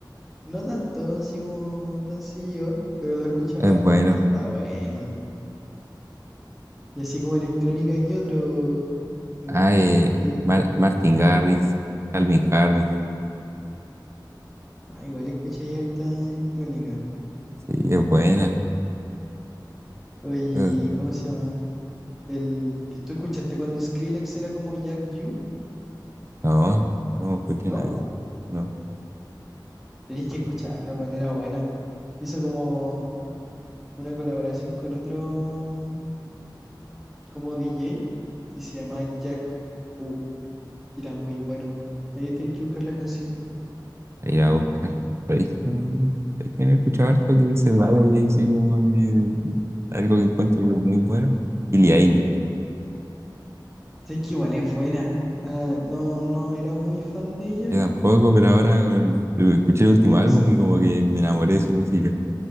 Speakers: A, in the centre; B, on the right.
A: no tanto, así como tan seguido, pero lo he escuchado
B: Es
A: harto
B: bueno.
A: y está bueno. Y así como electrónica, ¿qué otro te
B: Ah,
A: gusta?
B: eh,
A: ¿Otro día?
B: Mar- Martin Garrix, Calvin Harris.
A: Ah, igual escuché harta electrónica.
B: Sí, es buena.
A: Oye,
B: Eh,
A: ¿cómo se llama? El que tú escuchaste cuando Skrillex era como Jack U,
B: No, no escuché
A: ¿no?
B: nada de eso. No.
A: Tenéis que escucharlo, weón, era buena. Hizo como una colaboración con otro como DJ y se llamaban Jack U y era muy bueno. Ahí tenéis que buscar las canciones.
B: a ir a buscar. Pero es que es que me he escuchado harto que se va de así como de- algo que encuentro que es muy bueno. Billie Eilish.
A: Es que igual es buena. Ah, no, no era muy fan de ella.
B: Yo tampoco, pero ahora con el- escuché el último
A: Como
B: álbum
A: que se-
B: y como que me enamoré de su música.